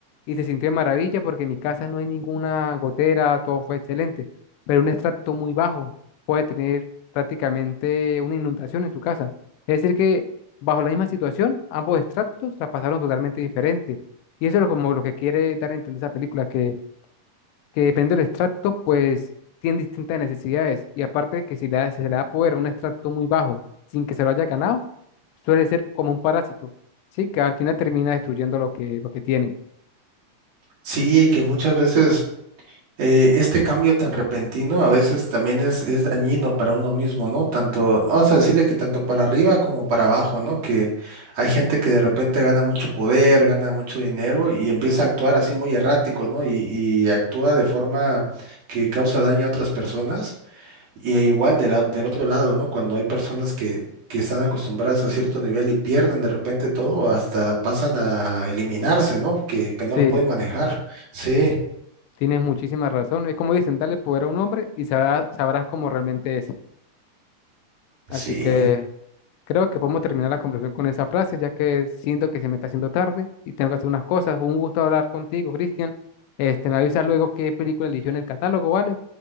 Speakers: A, on the left; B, on the right.
A: y se sintió de maravilla porque en mi casa no hay ninguna gotera, todo fue excelente. Pero un extracto muy bajo puede tener prácticamente una inundación en su casa. Es decir, que bajo la misma situación, ambos extractos la pasaron totalmente diferente. Y eso es lo- como lo que quiere dar a entender esa película, que que depende del extracto, pues tienen distintas necesidades. Y aparte que si le da- si se le da poder a un extracto muy bajo sin que se lo haya ganado, suele ser como un parásito, ¿sí? Que al final termina destruyendo lo que, lo que tiene.
B: sí, que muchas veces eh, este cambio tan repentino a veces también es, es dañino para uno mismo, ¿no? Tanto, vamos a decirle que tanto para arriba como para abajo, ¿no? Que hay gente que de repente gana mucho poder, gana mucho dinero y empieza a actuar así muy errático, ¿no? Y, y actúa de forma que causa daño a otras personas. Y e igual de la- del otro lado, ¿no? Cuando hay personas que, que están acostumbradas a cierto nivel y pierden de repente todo, hasta pasan a eliminarse, ¿no? Que, que
A: Sí,
B: no lo pueden manejar. Sí,
A: tienes muchísima razón. Es como dicen, dale poder a un hombre y sabrá- sabrás cómo realmente es. Así
B: sí.
A: que creo que podemos terminar la conversación con esa frase, ya que siento que se me está haciendo tarde y tengo que hacer unas cosas. Un gusto hablar contigo, Cristian. Este, me avisas luego qué película eligió en el catálogo, ¿vale?